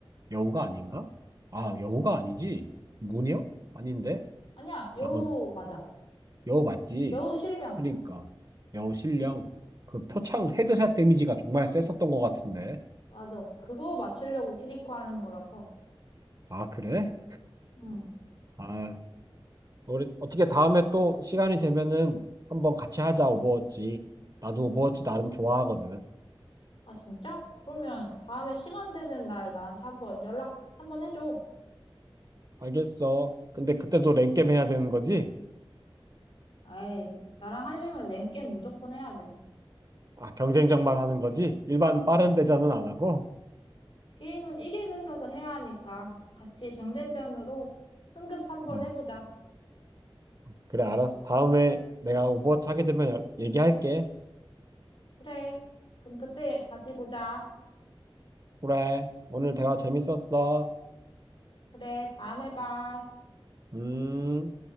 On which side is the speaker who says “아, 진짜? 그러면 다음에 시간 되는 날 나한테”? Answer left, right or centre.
Left